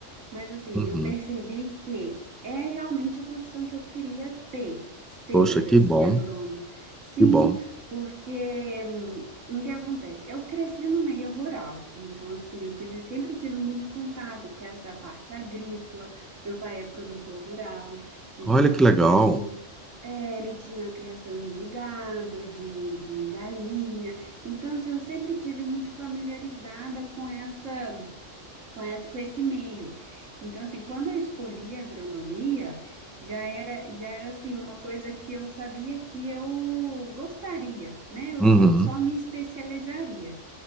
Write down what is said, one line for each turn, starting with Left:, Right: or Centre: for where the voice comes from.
Right: Mas assim,
Centre: Uhum.
Right: eu percebi que é realmente a profissão que eu queria ter, ser
Centre: Poxa, que
Right: assim,
Centre: bom,
Right: agrônomo. Sim,
Centre: que bom.
Right: porque hum, o que acontece? Eu cresci no meio rural, então assim, eu tive, sempre tive muito contato com essa parte agrícola. Meu pai é produtor rural, então
Centre: Olha que legal.
Right: ele tinha É, ele tinha a criação de gado, de, de galinha. Então, assim, eu sempre tive muito familiarizada com essa com essa- com esse meio. Então, assim, quando eu escolhi a agronomia, já era, já era assim, uma coisa que eu sabia que eu gostaria, né? Eu
Centre: Uhum,
Right: só, só me especializaria.